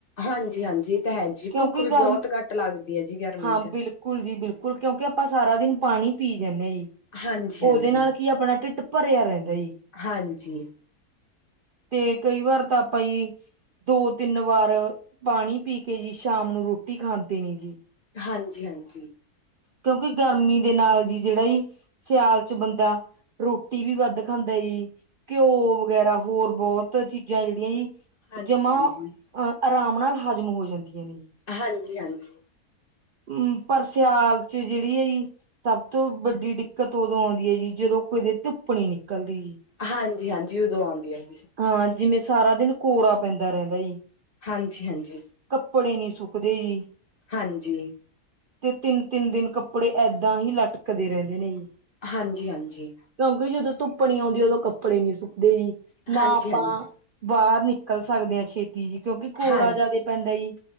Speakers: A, on the left; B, on the right.
A: ਹਾਂਜੀ-ਹਾਂਜੀ, ਇਹ ਤਾਂ ਹੈ ਜੀ,
B: ਕਿਉਂਕਿ
A: ਭੁੱਖ ਵੀ
B: ਗਰਮ
A: ਬਹੁਤ ਘੱਟ ਲੱਗਦੀ ਹੈ ਜੀ ਗਰਮੀ
B: ਹਾਂ
A: ਚ।
B: ਬਿਲਕੁਲ ਜੀ ਬਿਲਕੁਲ ਕਿਉਂਕਿ ਆਪਾਂ ਸਾਰਾ ਦਿਨ ਪਾਣੀ ਪੀ ਜਾਂਦੇ ਹਾਂ ਜੀ।
A: ਹਾਂਜੀ-ਹਾਂਜੀ,
B: ਉਹਦੇ ਨਾਲ ਕੀ ਆਪਣਾ ਢਿੱਡ ਭਰਿਆ ਰਹਿੰਦਾ ਜੀ।
A: ਹਾਂਜੀ।
B: ਤੇ ਕਈ ਵਾਰ ਤਾਂ ਆਪਾਂ ਹੀ ਦੋ ਤਿੰਨ ਵਾਰ ਪਾਣੀ ਪੀ। ਕੇ ਜੀ ਸ਼ਾਮ ਨੂੰ ਰੋਟੀ ਖਾਂਦੇ ਨਹੀ ਜੀ।
A: ਹਾਂਜੀ-ਹਾਂਜੀ।
B: ਕਿਉਂਕਿ ਗਰਮੀ ਦੇ ਨਾਲ ਜੀ ਜਿਹੜਾ ਜੀ। ਸਿਆਲ ਚ ਬੰਦਾ ਰੋਟੀ ਵੀ ਵੱਧ ਖਾਂਦਾ ਜੀ। ਘਿਓ ਵਗੈਰਾ ਹੋਰ ਬਹੁਤ ਚੀਜ਼ਾਂ ਜਿਹੜੀਆਂ ਜੀ।
A: ਹਾਂਜੀ-ਹਾਂਜੀ,
B: ਜਮਾ ਆਰਾਮ ਨਾਲ ਹਜ਼ਮ ਹੋ ਜਾਂਦੀਆਂ ਨੇ।
A: ਹਾਂਜੀ ਹਾਂਜੀ।
B: ਹਮ ਪਰ ਸਿਆਲ ਚ ਜਿਹੜੀ ਆ ਜੀ। ਸਭ ਤੋਂ ਵੱਡੀ ਦਿੱਕਤ ਉਦੋਂ ਆਉਂਦੀ ਹੈ ਜੀ ਜਦੋਂ ਕਦੇ ਧੁੱਪ ਨੀ ਨਿਕਲਦੀ ਜੀ।
A: ਹਾਂਜੀ ਹਾਂਜੀ ਉਦੋਂ ਆਉਂਦੀ ਹੈ ਜੀ। ਸੱਚੀ।
B: ਹਾਂ ਜਿਵੇਂ ਸਾਰਾ ਦਿਨ ਕੋਰਾ ਪੈਂਦਾ ਰਹਿੰਦਾ ਜੀ।
A: ਹਾਂਜੀ-ਹਾਂਜੀ।
B: ਕੱਪੜੇ ਨੀ ਸੁੱਕਦੇ ਜੀ।
A: ਹਾਂਜੀ।
B: ਤੇ ਤਿੰਨ-ਤਿੰਨ ਦਿਨ ਕੱਪੜੇ ਏਦਾਂ ਹੀ ਲਟਕਦੇ ਰਹਿੰਦੇ ਨੇ ਜੀ।
A: ਹਾਂਜੀ-ਹਾਂਜੀ।
B: ਜਦੋਂ ਧੁੱਪ ਨੀ ਆਉਂਦੀ ਉਦੋਂ ਕੱਪੜੇ ਨੀ ਸੁੱਕਦੇ ਜੀ। ਨਾ
A: ਹਾਂਜੀ-ਹਾਂਜੀ,
B: ਆਪਾਂ ਬਾਹਰ ਨਿਕਲ ਸਕਦੇ ਹਾਂ ਛੇਤੀ ਜਿਹੀ ਕਿਉਂਕਿ ਕੋਰਾ
A: ਹਾਂ
B: ਜਿਆਦੇ। ਪੈਂਦਾ ਜੀ